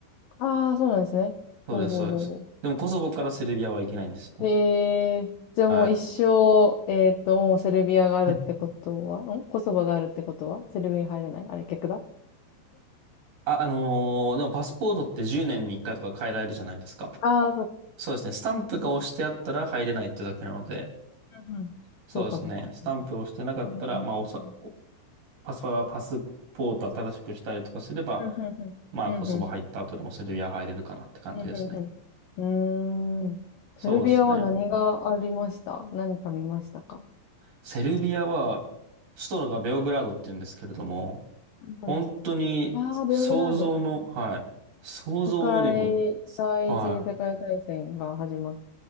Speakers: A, on the left; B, on the right.
A: ああ、そうなんですね。
B: そうです、
A: ほうほうほうほ
B: そうです。でもコソボからセルビアは行けないんですよね。
A: う。へえ、じゃあもう一
B: は
A: 生、えっと、もうセルビアがあるってことは、
B: い。
A: んコソバがあるってことはセルビアに入れないあれ、逆だ。
B: あ、あのーでもパスポートって10年に1回とか変えられるじゃないですか。
A: ああ、そうか。
B: そうですね。スタンプが押してあったら入れないってだけなので、
A: うんうん。
B: そうですね。
A: そうか、そうか。
B: スタンプを押してなかったら、
A: なるほどうーん。
B: まあ、おさ、おパスパ、パスポート新しくしたりとかすれば、
A: うん、うん、うん。
B: まあ、
A: うん、
B: コソボ入った後でもセルビア入れるかなって感じですね。
A: うん、うん。うんうんうん。うーん。
B: そうですね。
A: セルビアは何がありました何か見ましたか
B: セルビアは、首都のがベオグラードって言うんですけれども、
A: うんうん。
B: 本当に想像の、
A: ああ、ベオグラード。
B: はい。想像よりも、
A: 世界、第一次世界大戦が始まっ
B: は